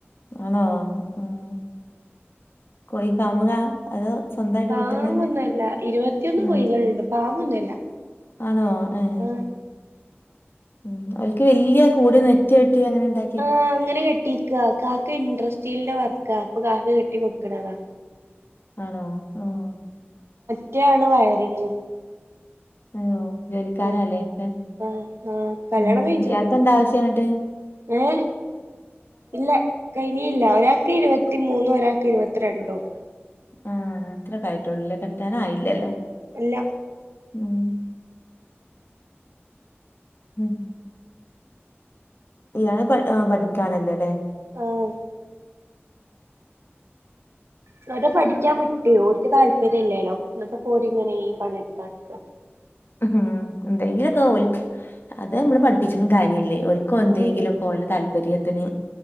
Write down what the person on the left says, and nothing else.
ആണോ ആഹ് കോയി ഫാമിലാ അതോ? സ്വന്തമായിട്ട്
വീട്ടിന്ന് തന്നെ
ഉം
ആണോ? ഏഹ്
ഉം അവൽക്ക് വല്ല്യ കൂട് നെറ്റ് വെട്ടി അങ്ങനെ ണ്ടാ
ആണോ? ആഹ്
ആണോ ജോലിക്കാരാല്ലേ
ക്കെ
ഉം
ഇയാക്കെന്താ ആവശ്യാ ന്ന്ട്ട്.
ആഹ് അത്രക്കായിട്ടൊള്ളുലെ കെട്ടാനായില്ലല്ലേ.
<unintelligible> ഉം ഇയാൾ പഠി അ പഠിക്കാണല്ലൊല്ലേ?
ഉം എന്തെങ്കിലൊക്കെ ഓൽ അത് നമ്മള് പഠിപ്പിച്ചിട്ടും കാര്യല്ലേ. ഓൽ ക്കൊന്തെങ്കിലൊക്കെ
ഓല താല്പര്യത്തിന്.